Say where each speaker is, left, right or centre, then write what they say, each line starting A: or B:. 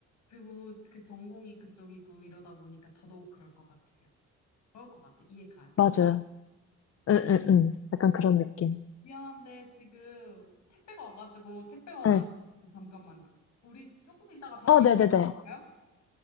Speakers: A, on the left; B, on the left.
A: 그리고 그 전공이 그쪽이고 이러다 보니까 더더욱 그럴 것 같아요. 그럴 것 같아. 이해 가요.
B: 맞아요. 응, 응, 응. 약간
A: 어,
B: 그런 느낌.
A: 미안한데 지금 택배가 와가지고 택배 받아야
B: 네.
A: 될 것 같아. 잠깐만요. 우리 조금 이따가 다시
B: 어, 네네네.
A: 얘기할 수 있어요?